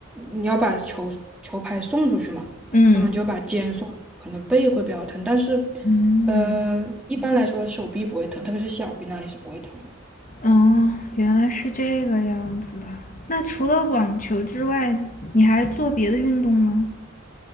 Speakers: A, in the centre; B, on the left (about 35°).
A: 你要把球球拍送出去嘛。
B: 嗯
A: 那么就把肩送出去，可能背会比较疼，但是，
B: 嗯，
A: 呃，一般来说手臂不会疼，特别是小臂那里是不会疼的。
B: 哦，原来是这个样子啊。那除了网球之外，你还做别的运动吗？